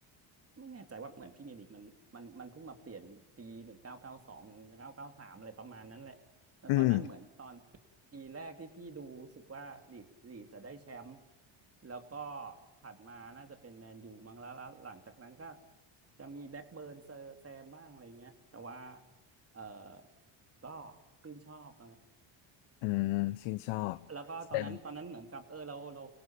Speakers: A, on the right; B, on the left.
A: ไม่แน่ใจว่าเหมือนพรี่เมียร์ลีกมันมันมันเพิ่งมาเปลี่ยนปีหนึ่งเก้าเก้าสองหนึ่งเก้าเก้าสามอะไรประมาณนั้นแหละ แล้วตอนนั้นเหมือนตอน
B: อืม
A: ปีแรกที่พี่ดูรู้สึกว่าลีดลีดจะได้แชมป์แล้วก็ถัดมาน่าจะเป็นแมนยูมั้งแล้วแล้วหลังจากนั้นก็จะมีแบ็กเบิร์นเซอร์แซมบ้างอะไรเงี้ยแต่ว่าเออก็ชื่นชอบนะ
B: อืมชื่นชอบแสดง
A: แล้วก็ตอนนั้นตอนนั้นเหมือนกับเออเราเรา